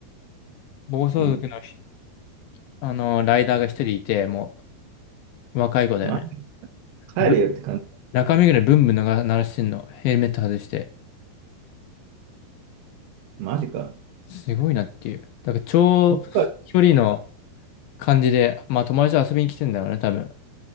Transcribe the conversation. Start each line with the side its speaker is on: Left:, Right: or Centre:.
Left: 暴走族のし、
Right: もう
Left: あの、ライダーが一人いて、もう、若い子だよね。
Right: マジ帰れよって感じ。
Left: ぶ中目黒にブンブンなが鳴らしてんの。ヘルメット外して。
Right: マジか。
Left: すごいなっていう。だから、超距離の
Right: どっか、
Left: 感じで、まあ、友達と遊びに来てんだろうね、多分。